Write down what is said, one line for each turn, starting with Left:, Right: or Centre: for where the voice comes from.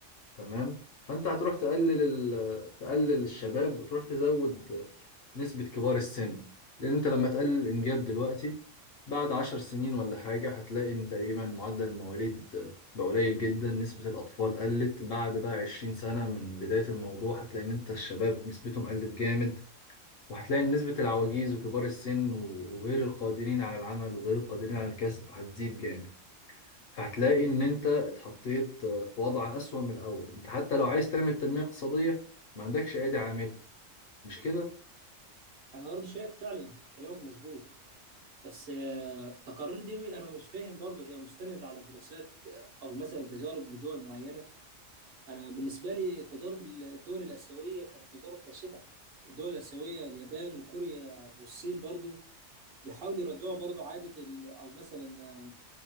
Left: تمام فانت هتروح تقلل ال... تقلل الشباب وتروح تزود نسبة كبار السن لان انت لما تقلل الانجاب دلوقتي بعد عشر سنين ولا حاجة هتلاقي ان تقريبا معدل المواليد بقى قليل جدا نسبة الأطفال قلت بعد بقى عشرين سنة من بداية الموضوع هتلاقي إن أنت الشباب نسبتهم قلت جامد وهتلاقي إن نسبة العواجيز وكبار السن وغير القادرين على العمل وغير القادرين على الكسب هتزيد جامد هتلاقي ان انت اتحطيت في وضع اسوأ من الاول انت حتى لو عايز تعمل تنمية اقتصادية ما عندكش ايدي عاملة مش كده
Right: انا برضه شايف فعلا كلامك مظبوط بس آه، التقارير دي انا مش فاهم برضه هي مستند على دراسات آه، او مثلا تجارب بدول معينه انا بالنسبه لي تجارب الدول الاسيويه كانت تجارب فاشله الدول الاسيويه اليابان وكوريا والصين برضه بيحاولوا يرجعوا برضه عاده ال- او مثلا آه،